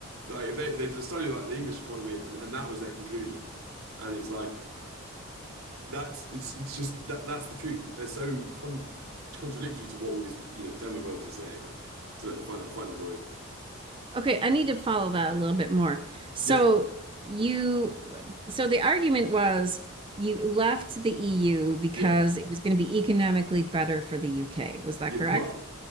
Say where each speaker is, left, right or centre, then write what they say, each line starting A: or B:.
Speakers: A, on the right; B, on the right.
A: like if they they did a study like the English economy, and, and that was their conclusion. And it's like that's it's it's just that that's the truth. It's, they're so con contradictory to what all these you know demagogues are saying. I don't know. I find, I find it annoying.
B: Okay, I need to follow that a little bit more. So
A: Yes.
B: you, so the argument was you left the EU because
A: Yeah.
B: it was going to be economically better for the UK. Was that
A: Yeah.
B: correct?
A: Well,